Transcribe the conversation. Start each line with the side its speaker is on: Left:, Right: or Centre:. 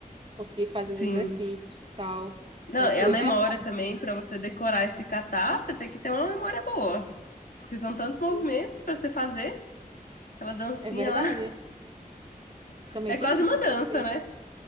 Right: conseguir fazer
Left: Sim.
Right: os exercícios e tal.
Left: Não,
Right: Equilíbrio
Left: é a memória
Right: é bom.
Left: também, pra você decorar esse kata,
Right: Sim,
Left: você tem que ter uma memória boa. Porque são tantos
Right: sim,
Left: movimentos pra você fazer. Aquela dancinha
Right: é verdade.
Left: lá.
Right: Também
Left: É
Right: tem
Left: quase
Right: isso,
Left: uma dança,
Right: porque
Left: né?